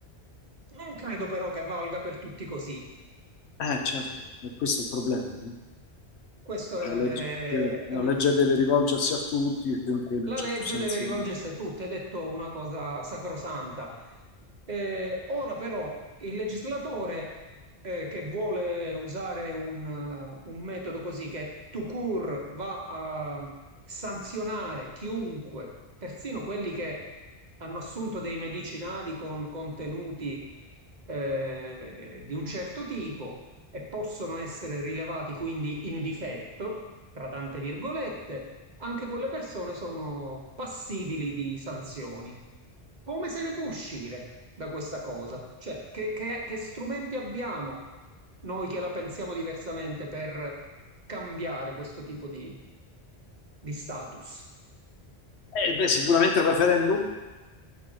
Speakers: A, on the right; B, on the left.
A: Non credo però che valga per tutti così.
B: eh, certo, e questo è il problema, no?
A: Questo è,
B: La legge deve,
A: ehm,
B: la legge deve rivolgersi a tutti, e quindi in
A: la
B: un certo
A: legge
B: senso...
A: deve rivolgersi
B: no.
A: a tutti, è detto una cosa sacrosanta. Eh, ora però il legislatore eh, che vuole usare un, eh, un metodo così che tout court va a sanzionare chiunque, persino quelli che hanno assunto dei medicinali con contenuti eh, di un certo tipo e possono essere rilevati quindi in difetto, tra tante virgolette, anche quelle persone sono passibili di sanzioni. Come se ne può uscire da questa cosa? Cioè, che, che- che strumenti abbiamo noi che la pensiamo diversamente per cambiare questo tipo di, di status?
B: Eh, beh, sicuramente il referendum,